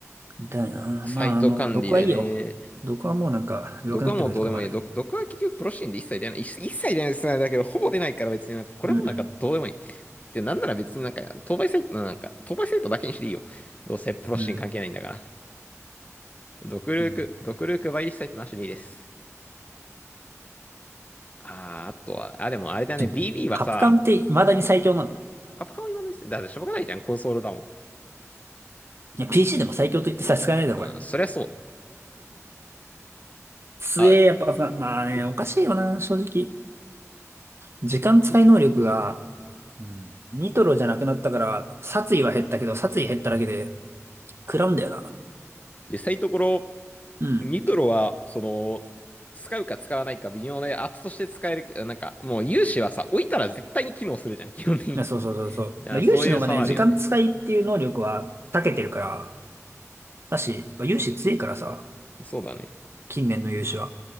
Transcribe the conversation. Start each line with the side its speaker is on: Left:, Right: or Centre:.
Right: みたいな。
Left: う。サイト管理でね。
Right: まあ、あの、毒はいいよ。毒はもうなんか弱くなってくれて構わない。
Left: 毒はもうどうでもいい。毒、毒は結局プロシーンで一切出ない。一一切出ないですね。だけど、ほぼ出ないから別になんか、これもなんかどうでもいい。
Right: うん。
Left: で、なんなら別になんか、当倍サイト、なんか、当倍サイトだけにしていいよ。どうせプロシーン関係ないんだから。
Right: うん。
Left: ドクルーク、
Right: うん。
Left: ドクルークバイリスサイトなしでいいです。あー、あとは、あ、でもあれだね、
Right: ちょっと、
Left: BB はさ、
Right: カプカンって未だに最強なの
Left: カプカンは言わないっすね。だってしょうがないじゃん、コンソールだもん。
Right: いや、PC でも最強と言って差し支えないだろ、
Left: あ、
Right: これ。
Left: そりゃそう。
Right: 強え、
Left: あ、
Right: やっぱカプカン。まあね、おかしいよな、正直。時間使い能力が、うん。ニトロじゃなくなったから、殺意は減ったけど、殺意減っただけで、食らうんだよな。
Left: 実際のところ、
Right: うん。
Left: ニトロは、その、使うか使わないか微妙で、圧として使えるけど、なんか、もう有志はさ、置いたら絶対に機能するじゃん、基本的に。
Right: いや、
Left: <laughs>
Right: そうそうそうそう。
Left: だからそういう差はあるよね。
Right: だから有志の方がね、時間使いっていう能力は長けてるから、だし、やっぱ有志強いからさ、
Left: そうだね。
Right: 近年の有志は。